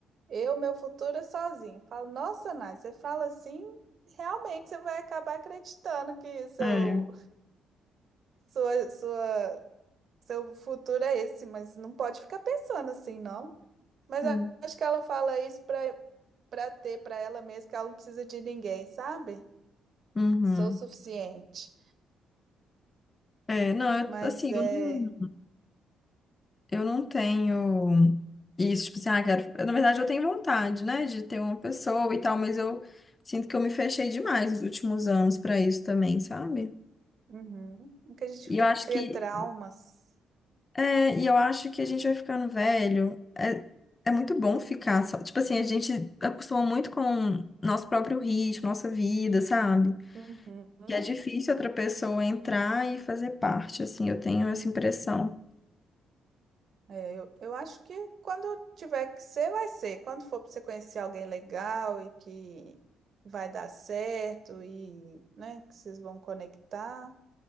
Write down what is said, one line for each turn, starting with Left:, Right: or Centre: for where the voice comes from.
Right: eu, meu futuro é sozinha. Fala, nossa, Nai, você fala assim, realmente você vai acabar acreditando que seu,
Left: É.
Right: sua, sua, seu futuro é esse, mas não pode ficar pensando assim, não. Mas
Left: Hum.
Right: a- acho que ela fala isso para para ter para ela mesma que ela não precisa de ninguém, sabe?
Left: Uhum.
Right: Sou o suficiente.
Left: É, não, eu,
Right: Mas
Left: assim,
Right: é.
Left: eu não, eu não tenho isso, tipo assim, ah, quero... Na verdade, eu tenho vontade, né, de ter uma pessoa e tal, mas eu sinto que eu me fechei demais nos últimos anos pra isso também, sabe?
Right: Uhum. Que a gente
Left: E
Right: fica-
Left: eu acho
Right: cria
Left: que,
Right: traumas.
Left: é, e eu acho que a gente vai ficando velho, é, é muito bom ficar só, tipo assim, a gente acostuma muito com nosso próprio ritmo, nossa vida, sabe?
Right: Uhum.
Left: que é difícil outra pessoa entrar e fazer parte, assim, eu tenho essa impressão.
Right: É, eu, eu acho que quando tiver que ser, vai ser. Quando for para você conhecer alguém legal e que vai dar certo e, né, que vocês vão conectar.